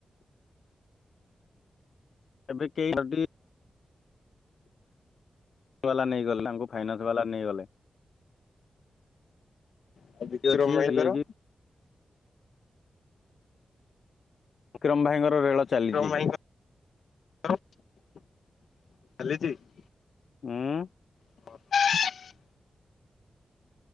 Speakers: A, on the left; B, on the left.
A: ଏବେ କେହି ଯଦି ବାଲା ନେଇଗଲେ ତାଙ୍କୁ ଫାଇନାନ୍ସ ବାଲା ନେଇଗଲେ।
B: ଆଉ ବିକ୍ରମ
A: ଅଛି ଯେ
B: ଭାଇଙ୍କର।
A: ସେଠି ଯାଇଛି ବିକ୍ରମ ଭାଇଙ୍କର ରେଳ ଚାଲିଛି।
B: <unintelligible>
A: ହୁଁ।
B: <inaudible>